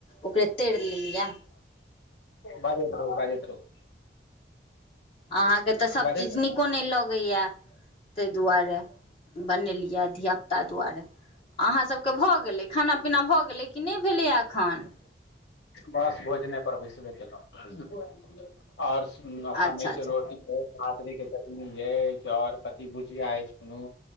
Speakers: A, on the left; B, on the left.
A: ओकरे तैर लेलियै।
B: बाजैत रहू बाजैत रहू
A: अहाँके तऽ सब
B: बाजैत
A: चीज
B: रहू
A: न नहि लगैया ताहि दुआरे बनेलिये धियापुता दुआरे। अहाँसभके भऽ गेलै खाना पीना भऽ गेलै कि नहि भेलैए एखन।
B: बस भोजने पर बैसबे केलहु। आओर खान
A: अच्छा अच्छा
B: छै रोटी भात के जमी अछि और कथि बुझिया अछि कोनो